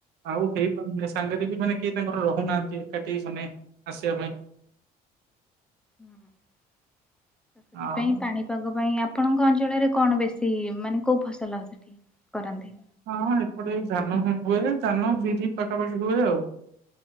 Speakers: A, on the right (about 80°); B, in the centre.
A: ଆଉ ହେଇପାରୁନି ସାଙ୍ଗରେ ବି ମାନେ କିଏ ତାଙ୍କର ରହୁନାହାନ୍ତି ଏକାଠି ମାନେ ଆସିବା ପାଇଁ।
B: ହଁ ସେଥିପାଇଁ
A: ଆଉ
B: ପାଣିପାଗ ପାଇଁ ଆପଣଙ୍କ ଅଞ୍ଚଳରେ କଣ ବେଶୀ ମାନେ କେଉଁ ଫସଲ ସେଠି କରନ୍ତି।
A: ହଁ ଏପଟେ ଧାନ ହୁଏ ଧାନ ବିରି ପାଖାପାଖି ହୁଏ ଆଉ।